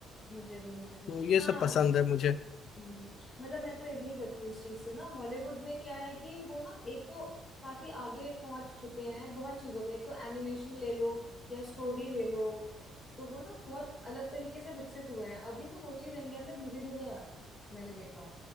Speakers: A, in the centre; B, on the left.
A: मुझे भी मुझे भी
B: तो ये
A: हाँ
B: सब पसंद है मुझे
A: हम्म, मतलब मैं तो एग्री करती हूँ इस चीज से ना हॉलीवुड में क्या है कि वो ना एक तो काफी आगे पहुंच चुके हैं बहुत चीजों में एक तो एनिमेशन ले लो या स्टोरी ले लो तो वो ना बहुत अलग तरीके से विकसित हुए हैं अभी ना वो चीज इंडिया में धीरे धीरे आ रही है मैंने देखा